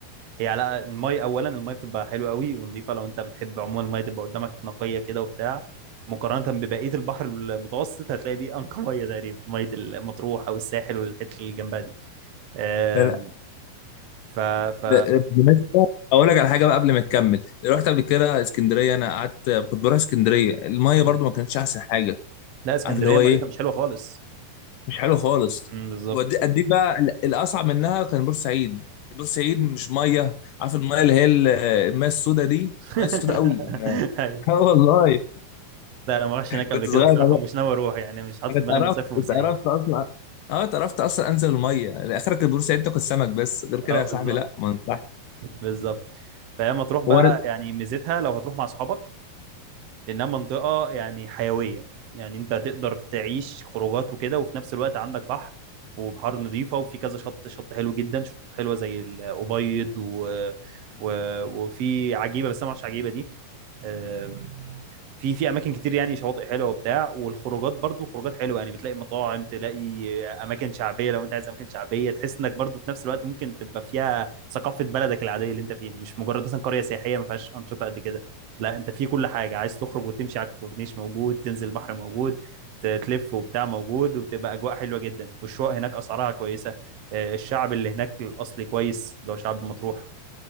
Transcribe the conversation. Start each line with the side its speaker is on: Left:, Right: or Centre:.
Right: هي على المي اولا المي بتبقى حلوه قوي ونظيفه لو انت بتحب عموما المي تبقى قدامك نقيه كده وبتاع مقارنه ببقيه البحر المتوسط هتلاقي دي انقى ميه تقريبا ميه المطروح او الساحل والحته اللي جنبها دي آم،
Left: لا لا
Right: ف ف
Left: ده ده بالمناسبة اقول لك على حاجه بقى قبل ما تكمل رحت قبل كده اسكندريه انا قعدت كنت بروح اسكندريه المايه
Right: مم.
Left: برضو ما كانتش احسن حاجه
Right: لا اسكندريه
Left: عارف اللي هو
Right: ميتها
Left: ايه
Right: مش حلوه خالص
Left: مش حلو خالص
Right: مم، بالظبط
Left: ودي اديك بقى ال- الاصعب منها كان بورسعيد بورسعيد مش ميه عارف الميه اللي هي ال- الميه السوداء دي
Right: <laughs>
Left: ميه السوداء قوي ما-
Right: ايوه
Left: <laughs> اه والله
Right: لا انا ما رحتش هناك
Left: كنت
Right: قبل
Left: صغير
Right: كده الصراحه
Left: انا
Right: ومش ناوي اروح يعني مش حاطط
Left: أنا
Right: في
Left: اتقرفت
Right: دماغي اني اصيف في بورسعيد
Left: اتقرفت اصلا اه اتقرفت اصلا انزل الميه يعني اخرك بورسعيد تاكل سمك بس غير كده
Right: اه
Left: يا صاحبي
Right: بالظبط
Left: لا ما ينفعش
Right: بالظبط فهي مطروح بقى
Left: ورد
Right: يعني ميزتها لو هتروح مع اصحابك لانها منطقه يعني حيويه يعني انت هتقدر تعيش خروجات وكده وفي نفس الوقت عندك بحر وبحار نظيفه وفي كذا شط شط حلو جدا شطوط حلوه زي الابيض و... و... وفي عجيبه بس انا ما اعرفش عجيبه دي أم، في في اماكن كتير يعني شواطئ حلوه وبتاع والخروجات برضو خروجات حلوه يعني بتلاقي مطاعم تلاقي اماكن شعبيه لو انت عايز اماكن شعبيه تحس انك برضو في نفس الوقت ممكن تبقى فيها ثقافه بلدك العاديه اللي انت فيها مش مجرد مثلا قريه سياحيه ما فيهاش انشطه قد كده لا انت في كل حاجه عايز تخرج وتمشي على الكورنيش موجود تنزل بحر موجود ت- تلف وبتاع موجود وبتبقى اجواء حلوه جدا والشقق هناك اسعارها كويسه آه، الشعب اللي هناك الاصلي كويس اللي هو شعب مطروح